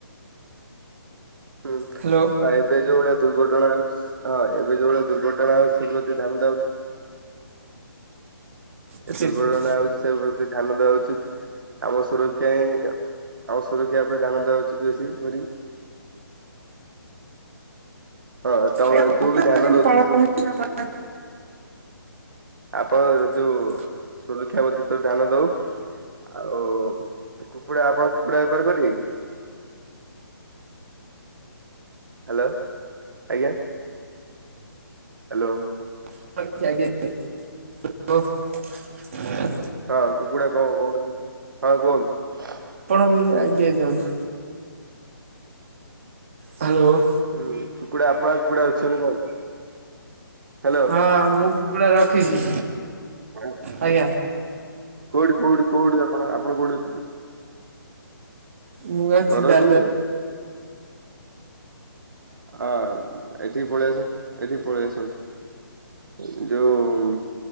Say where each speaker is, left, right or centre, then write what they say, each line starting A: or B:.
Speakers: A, on the right; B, on the right.
A: ହୁଁ
B: ହ୍ୟାଲୋ
A: ଏବେ ଯୋଉ ଭଳିଆ ଦୁର୍ଘଟଣା ହଁ ଏବେ ଯୋଉ ଭଳି ଦୁର୍ଘଟଣା ହ ସେ ପ୍ରତି ଧ୍ୟାନ ଦେବା ଉଚିତ।
B: ଆଜ୍ଞା
A: ଏ ଦୁର୍ଘଟଣା ହଉଛି ସେ ପ୍ରତି ଧ୍ୟାନ ଦବା ଉଚିତ୍। ଆମ ସୁରକ୍ଷା ହିଁ ଆମ ସୁରକ୍ଷା ଉପରେ ଧ୍ୟାନ ଦବା ଉଚିତ ବେଶୀ କରି। ହଁ ତମେ
B: ଆଜ୍ଞା କୁକୁଡ଼ା
A: ତୁ ବି ଧ୍ୟାନ
B: କେମିତି
A: ଦେଉ
B: ପାଳନ ହେଉଛି ଆପଣ
A: ଆପଣ ଯୋଉ
B: <unintelligible>
A: ସୁରକ୍ଷା ବ୍ୟତୀତରେ ଧ୍ୟାନ ଦଉ ଆଉ କୁକୁଡା ଆପଣ କୁକୁଡା ବେପାର କରିବେ କି? ହ୍ୟାଲୋ ଆଜ୍ଞା। ହ୍ୟାଲୋ।
B: ଆ। <inaudible>
A: ହଁ କୁକୁଡା କଣ କଣ କହୁନାହାନ୍ତି ହଁ କୁହନ୍ତୁ।
B: କି ଆଇଡିଆ ଦିଅନ୍ତୁ ହ୍ୟାଲୋ।
A: ହୁଁ କୁକୁଡ଼ା କଣ କୁକୁଡ଼ା ଅଛନ୍ତି କୁହନ୍ତୁ ହ୍ୟାଲୋ
B: ହଁ ମୁଁ କୁକୁଡ଼ା ରଖିଛି।
A: <inaudible>
B: ଆଜ୍ଞା
A: କୋଉଠି କୋଉଠି କୋଉଠି ଆପଣ ଆପଣ କୋଉଠି ଅଛନ୍ତି?
B: ମୁଁ ଅଛି
A: ଘରେ
B: ଦା
A: ଅଛନ୍ତି ହଁ। ଏଠି ପଳେଇ ଆସନ୍ତୁ ଏଠି ପଳେଇ ଆସନ୍ତୁ ଯୋଉ